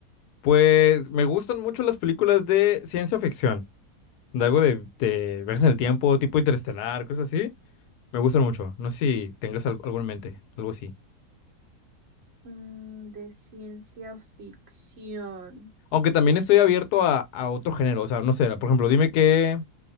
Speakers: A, on the left; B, on the right.
A: Pues me gustan mucho las películas de ciencia ficción, de algo de, de viajes en el tiempo, tipo interestelar, cosas así. Me gustan mucho. No sé si tengas al- algo en mente, algo así.
B: Mm, de ciencia ficción.
A: Aunque también estoy abierto a, a otro género, o sea, no sé, por ejemplo, dime qué.